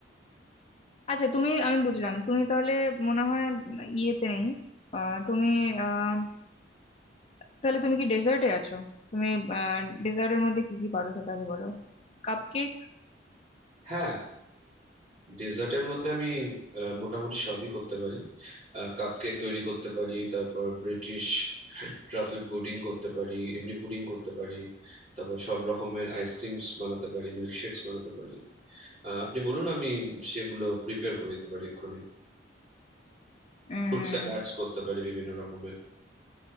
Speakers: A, on the left; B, on the right.
A: আচ্ছা তুমি আমি বুঝলাম তুমি তাহলে মনে হয় উম, ইয়েতে নেই আহ, তুমি আহ তাহলে তুমি কি ডেজার্টে আছো তুমি ডেজার্টের মধ্যে কি কি পারো সেটাকে বলো Cupcake
B: হ্যাঁ ডেজার্টের মধ্যে আমি আহ, মোটামুটি সবই করতে পারি কাপকেক তৈরি করতে পারি তারপর ব্রিটিশ ট্রাফেল পুডিং করতে পারি এমনি পুডিং করতে পারি তারপর সব রকমের আইসক্রিমস বানাতে পারি মিল্কশেকস বানাতে পারি আহ, আপনি বলুন আমি সেগুলো প্রিপেয়ার করে দিতে পারি এক্ষুনি
A: উম
B: ফ্রুট স্যালাডস করতে পারি বিভিন্ন রকমের